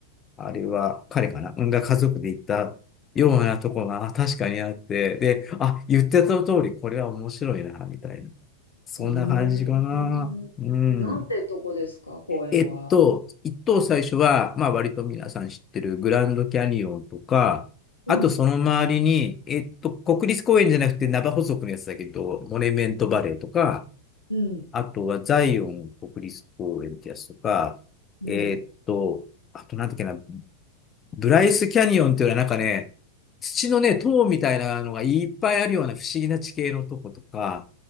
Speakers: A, on the left; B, on the left.
A: あれは彼かなが家族で行ったようなとこがあ確かにあって、で、あ、言ってた通り、これは面白いな、みたいな。
B: <laughs>
A: そんな感じかな。
B: うーん。
A: うん。
B: なんてとこですか、公園は。
A: えっと、一等最初は、まあ割と皆さん知ってるグランドキャニオンとか、
B: うん
A: あとその周りに、えっと、国立公園じゃなくてナバホ族のやつだけど、モネメントバレーとか、
B: うん
A: あとはザイオン国立公園ってやつとか、
B: うん。
A: えっと、あとなんだっけな、ブライスキャニオンっていうのはなんかね、土のね、塔みたいなのがいっぱいあるような不思議な地形のとことか、